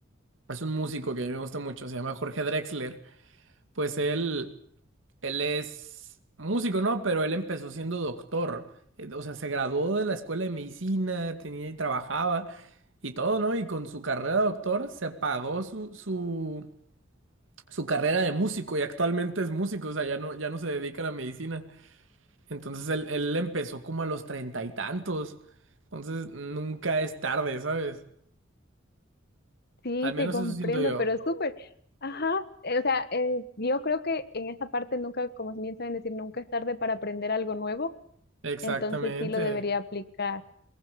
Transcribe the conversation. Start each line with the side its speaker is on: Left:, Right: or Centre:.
Right: es un músico que a mí me gusta mucho, se llama Jorge Drexler. Pues él, él es músico, ¿no? Pero él empezó siendo doctor. Eh, O sea, se graduó de la escuela de medicina, tenía y trabajaba y todo, ¿no? Y con su carrera de doctor se pagó su, su, su carrera de músico y actualmente es músico, o sea, ya no, ya no se dedica a la medicina. Entonces él, él empezó como a los treinta y tantos. Entonces nunca es tarde, ¿sabes?
Left: Sí,
Right: Al menos
Left: te comprendo,
Right: eso siento yo.
Left: pero súper. Ajá, eh, o sea, eh, yo creo que en esta parte nunca, como bien saben decir, nunca es tarde para aprender algo nuevo,
Right: Exactamente.
Left: entonces sí lo debería aplicar.